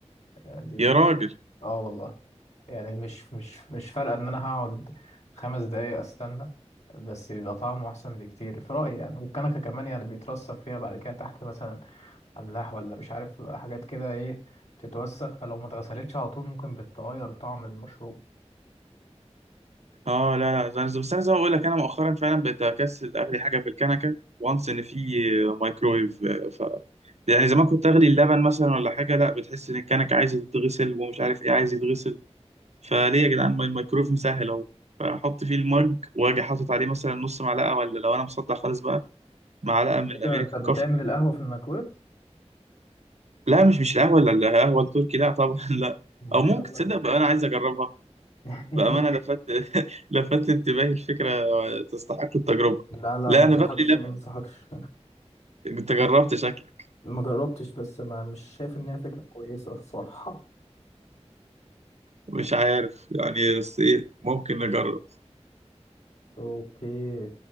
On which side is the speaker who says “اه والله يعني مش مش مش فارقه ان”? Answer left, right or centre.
Left